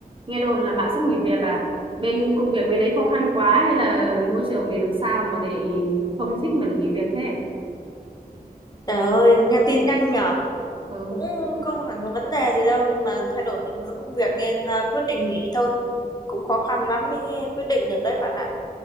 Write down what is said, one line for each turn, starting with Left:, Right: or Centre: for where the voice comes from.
Right: Nghe đồn là bạn sắp nghỉ việc à? Bên công việc bên đấy khó khăn quá hay là môi trường mình làm sao mà lại không thích mà lại nghỉ việc thế?
Left: Trời ơi, nghe tin nhanh nhở.
Right: Ừ,
Left: Cũng không hẳn có vấn đề gì đâu nhưng mà thay đổi định hướng công việc nên à, quyết định nghỉ thôi. Cũng khó khăn lắm mới quyết định được đấy bạn ạ.